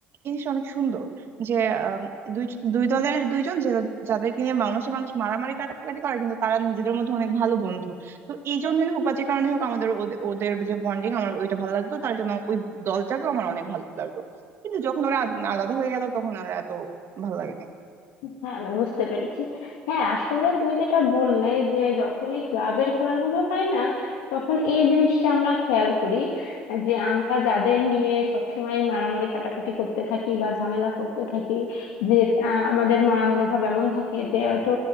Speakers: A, on the right; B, on the left.
A: এই জিনিসটা অনেক সুন্দর যে আম, দুই দুই দলের দুইজন যে যাদেরকে নিয়ে মানুষে মানুষ মারামারি কাটাকাটি করে কিন্তু তারা নিজেদের মধ্যে অনেক ভালো বন্ধু তো এই জন্যই হোক বা যে কারণে হোক আমাদের ওদে- ওদের যে বন্ডিং আমার ওইটা ভালো লাগতো তার জন্য ওই দলটাকেও আমার অনেক ভালো লাগতো কিন্তু যখন ওরা আলাদা হয়ে গেল তখন আর এত ভালো লাগে না
B: হ্যাঁ আমি বুঝতে পেরেছি হ্যাঁ আসলে তুমি যেটা বললে যে যখন এই ক্লাবের খেলাগুলো হয় না তখন এই জিনিসটা আমরা খেয়াল করি যে আমরা যাদের নিয়ে সবসময় মারামারি কাটাকাটি করতে থাকি বা ঝামেলা করতে থাকি যে আহ, আমাদের মা মনোভাব এমন থাকে যে হয়তো